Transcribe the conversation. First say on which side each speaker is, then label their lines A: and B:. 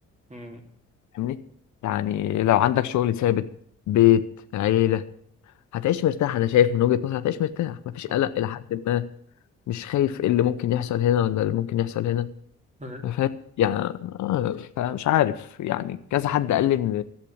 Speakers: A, on the right; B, on the left.
A: مم.
B: فاهمني يعني لو عندك شغل ثابت بيت عيله هتعيش مرتاح انا شايف من وجهه نظري هتعيش مرتاح مفيش
A: مم.
B: قلق الى حد ما مش خايف إيه اللي ممكن يحصل هنا ولا اللي ممكن يحصل هنا
A: مم.
B: فاهم يعني آه، فمش عارف يعني كذا حد قال لي ان